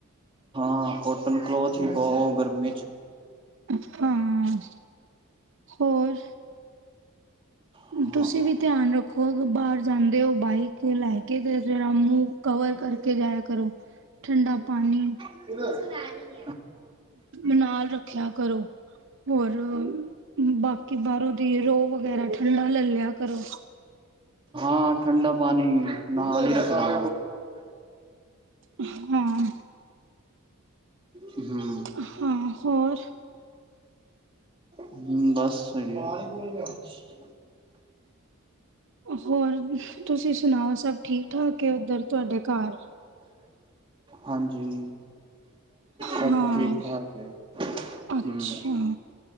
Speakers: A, on the right; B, on the right.
A: ਹਾਂ, ਕੋਟਨ ਕਲੋਥ ਹੀ ਪਾਓ ਗਰਮੀ ਚ
B: ਹਾਂ, ਹੋਰ
A: ਹਾਂ
B: ਤੁਸੀਂ ਵੀ ਧਿਆਨ ਰੱਖੋ, ਬਾਰ ਜਾਂਦੇ ਓ, ਬਾਈਕ ਲੈ ਕੇ ਤੇ ਜੇੜਾ ਮੂੰਹ ਕਵਰ ਕਰਕੇ ਜਾਇਆ ਕਰੋ, ਠੰਡਾ ਪਾਨੀ
A: <unintelligible>
B: ਨਾਲ, ਰੱਖੇਆ ਕਰੋ। ਹੋਰ, ਬਾਕੀ ਬਾਰੋਂ ਦੀ ਰੋਹ, ਵਗੈਰਾ ਠੰਡਾ ਲੈ ਲਿਆ ਕਰੋ।
A: ਹਾਂ, ਠੰਡਾ ਪਾਨੀ ਨਾਲ ਈ ਰੱਖਦਾ
B: ਹਾਂ
A: <unintelligible>
B: ਹਾਂ, ਹੋਰ
A: ਹਮ, ਬਸ ਸਈ <unintelligible>
B: ਹੋਰ ਤੁਸੀਂ ਸੁਣਾਓ, ਸਬ ਠੀਕ- ਠਾਕ ਏ ਉੱਧਰ ਤੁਆਡੇ ਘਰ?
A: ਹਾਂਜੀ। ਸਭ
B: ਹਾਂ,
A: ਠੀਕ ਠਾਕ ਹੈ
B: ਅੱਛਾ।
A: ਹਮ